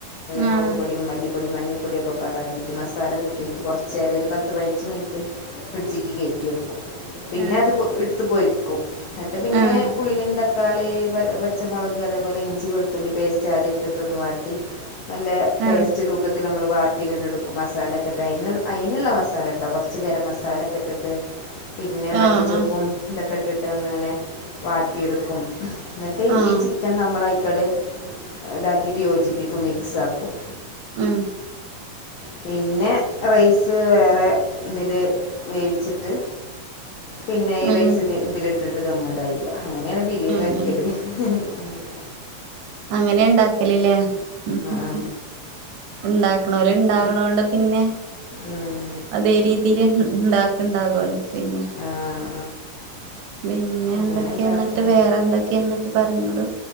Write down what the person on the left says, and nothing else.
മുളക്പ്പൊടിയും മല്ലി പ്പൊടിയും മഞ്ഞൾപ്പൊടിയും ഒക്കെപാടെ ആക്കീട്ട് മസാല കൂട്ടിയിട്ട് കുറച്ചേരം ഒരു പത്ത് പതിനഞ്ച് മിനിറ്റ് ഫ്രിഡ്ജിക്ക് കേറ്റി വെക്കും. പിന്നെ
അത് പൊ ഇട്ത്ത് പൊരിക്കും ന്നിട്ട് പിന്നെ
ഉള്ളി ന്തക്കാ തക്കാളി പ പച്ചമുളക് അതേപോലെ ഇഞ്ചി വെളുത്തുള്ളി പേസ്റ്റ് ആദ്യം ഇട്ടിട്ടൊന്ന് വാട്ടി നല്ല പേസ്റ്റ്
രൂപത്തിൽ നമ്മൾ വാ. ഇട്ടിങ്ങട്ട് എടുക്കും മസാലൊക്കെ ഇട്ടോ അതിന് അതിനുള്ള മസാല കേട്ടോ കുറച്ച് നേരം ഗരംമസാലൊക്കെ ഇട്ടിട്ട് പിന്നെ മല്ലിചപ്പും
ഇതൊക്കെ ഇട്ടിട്ട് ഒന്നിങ്ങനെ വാട്ടിയെടുക്കും. എന്നിട്ട്
ഈ ചിക്കൻ നമ്മളയിക്കടെ ഇതാക്കിയിട്ട് യോജിപ്പിക്കും മിക്സ് ആക്കും.
പിന്നെ റൈസ് വേറെ ഇതിൽ വേവിച്ചിട്ട് പിന്നെ ഈ
റൈസ്
ഇതി ഇതില് ഇട്ടിട്ട് ദം ഇടാ ചെയ്യാ അങ്ങനെയാണ് ബിരിയാണി വെക്കല്
ഹ് ഹ് <inaudible>
ആ
ഉം
ആ ആ
അങ്ങനെ
ഉണ്ടാക്കും